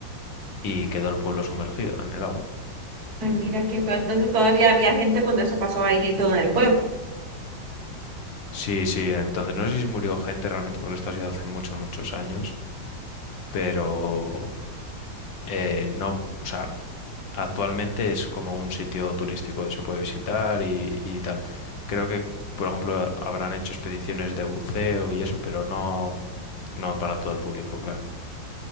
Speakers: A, on the left; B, on the right.
A: y quedó el pueblo sumergido en el agua.
B: Ay, mira qué feo. Entonces todavía había gente cuando eso pasó ahí y todo en el pueblo.
A: Sí, sí, entonces no sé si murió gente realmente porque esto ha sido hace muchos, muchos años, pero eh, no, o sea, actualmente es como un sitio turístico y se puede visitar y, y tal. Creo que, por ejemplo, habrán hecho expediciones de buceo y eso, pero no, no para todo el público, claro.